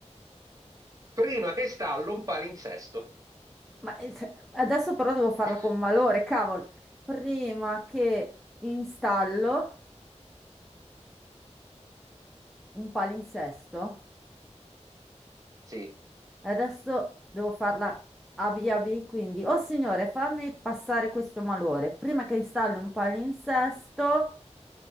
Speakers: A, on the right; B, in the centre.
A: Prima che stallo un palinsesto.
B: Ma eh, se- adesso però devo farla
A: <laughs>
B: con malore, cavolo. Prima che installo un palinsesto.
A: Sì,
B: Adesso devo farla abi abi, quindi, oh signore, fammi passare questo malore prima che installi un palinsesto